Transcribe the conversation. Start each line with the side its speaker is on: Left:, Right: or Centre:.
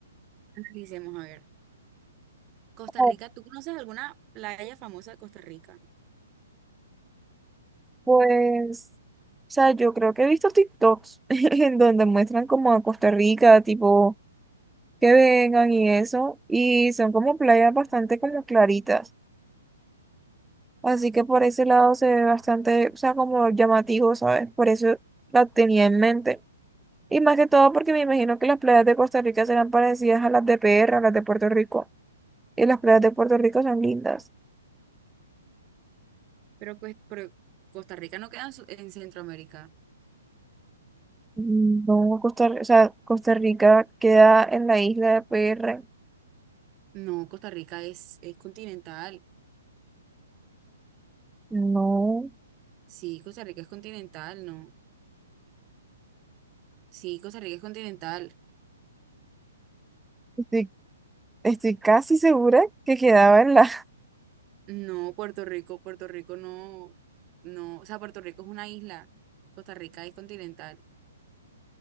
Right: Analicemos, a ver. Costa
Centre: Oh,
Right: Rica, ¿tú conoces alguna playa famosa de Costa Rica?
Centre: pues, o sea, yo creo que he visto TikToks <laughs> en donde muestran como a Costa Rica, tipo, que vengan y eso, y son como playas bastante como claritas. Así que por ese lado se ve bastante, o sea, como llamativo, ¿sabes? Por eso la tenía en mente. Y más que todo porque me imagino que las playas de Costa Rica serán parecidas a las de PR, a las de Puerto Rico. Y las playas de Puerto Rico son lindas.
Right: Pero, pues, pero Costa Rica no queda en, Su- en Centroamérica.
Centre: Mm, No, Costa, o sea, Costa Rica queda en la isla de PR.
Right: No, Costa Rica es, es continental.
Centre: No,
Right: Sí, Costa Rica es continental, no. Sí, Costa Rica es continental.
Centre: estoy, estoy casi segura que quedaba en la... <laughs>
Right: No, Puerto Rico, Puerto Rico no, no. O sea, Puerto Rico es una isla. Costa Rica es continental.